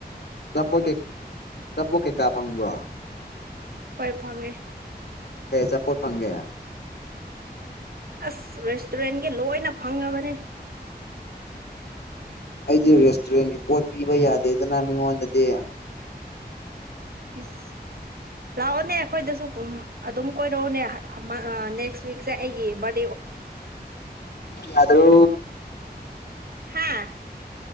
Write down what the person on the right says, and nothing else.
ꯍꯣꯏ ꯐꯪꯉꯦ
ꯑꯁ ꯔꯦꯁꯇꯨꯔꯦꯟꯒꯤ ꯂꯣꯏꯅ ꯐꯪꯉꯕꯅꯦ
ꯏꯁ ꯂꯥꯛꯑꯣꯅꯦ ꯑꯩꯈꯣꯏꯗꯁꯨ ꯑꯗꯨꯝ ꯀꯣꯏꯔꯛꯑꯣꯅꯦ ꯅꯦꯛꯁ ꯋꯤꯛꯁꯦ ꯑꯩꯒꯤ ꯕꯥꯔ
ꯍꯥꯥ